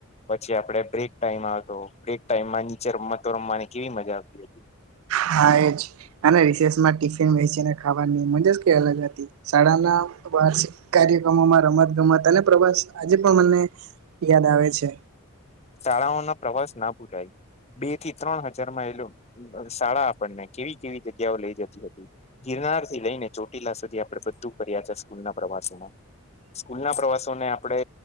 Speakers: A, on the left; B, on the right.
A: પછી આપડે બ્રેક ટાઈમ આવતો બ્રેક ટાઈમમાં નીચે રમતો રમવાની કેવી મજા આવતી હતી.
B: હા એજ અને રીસેસમાં ટિફિન વીચીને ખાવાની મજા જ કઈ અલગ હતી શાળાના વાર્ષિક કાર્યક્રમોમાં રમત ગમત અને પ્રવાસ આજે પણ મને યાદ આવે છે.
A: શાળાઓના પ્રવાસ ના ભૂલાાય. બે થી ત્રણ હજારમાં એલો શાળા આપણને કેવી કેવી જગ્યાઓ લઈ જતી હતી જે ગીર નાર થી લઈને ચોટીલા સુધી આપડે બધું ફર્યા છે સ્કૂલ ના પ્રવાસોમાં. સ્કૂલ ના પ્રવાસોને આપડે